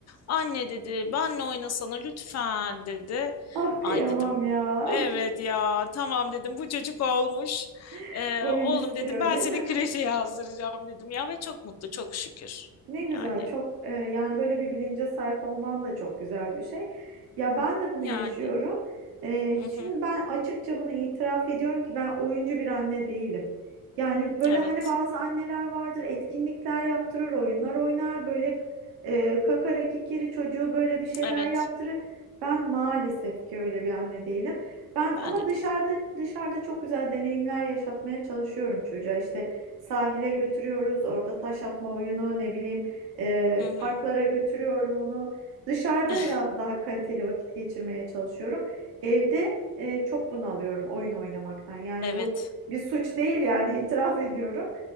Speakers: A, on the left; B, on the right.
A: Anne dedi benle oynasana lütfen dedi.
B: Ah kıyamam
A: Ay dedim
B: ya.
A: evet ya tamam dedim bu çocuk olmuş.
B: <laughs>
A: Ee,
B: Oyun
A: oğlum
B: istiyor
A: dedim ben
B: değil
A: seni
B: mi?
A: kreşe yazdıracağım dedim ya ve çok mutlu çok şükür.
B: Ne güzel
A: Yani
B: çok e, yani böyle bir bilince sahip olman da çok güzel bir şey. Ya ben de bunu
A: yani
B: yaşıyorum. E,
A: hı
B: şimdi
A: hı,
B: ben açıkça bunu itiraf ediyorum ki ben oyuncu bir anne değilim. Yani böyle
A: evet
B: hani bazı anneler vardır etkinlikler yaptırır, oyunlar oynar, böyle e, kakara kikiri çocuğu böyle bir şeyler
A: evet
B: yaptırır. Ben maalesef ki öyle bir anne değilim. Ben
A: ben
B: ama
A: de
B: dışarıda
A: değil.
B: dışarıda çok güzel deneyimler yaşatmaya çalışıyorum çocuğa. İşte sahile götürüyoruz. Orada taş atma oyunu ne bileyim e,
A: Hı hı,
B: parklara götürüyorum onu. Dışarıda
A: <laughs>
B: biraz daha kaliteli vakit geçirmeye çalışıyorum. Evde e, çok bunalıyorum oyun oynamaktan. Yani
A: evet
B: bu bir suç değil yani itiraf ediyorum.